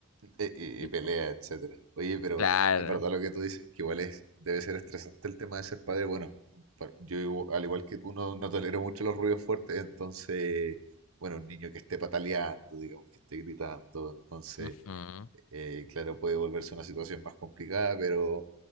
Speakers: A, on the right; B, on the left.
A: E- Y,
B: y-
A: y pelea, etcétera. Oye, pero
B: claro.
A: es verdad lo que tú dices, que igual es, debe ser estresante el tema de ser padre. Bueno, pa- yo igu- al igual que tú no, no tolero mucho los ruidos fuertes, entonces, bueno, un niño que esté pataleando, digamos, que esté gritando, entonces,
B: ujú,
A: eh, claro, puede volverse una situación más complicada, pero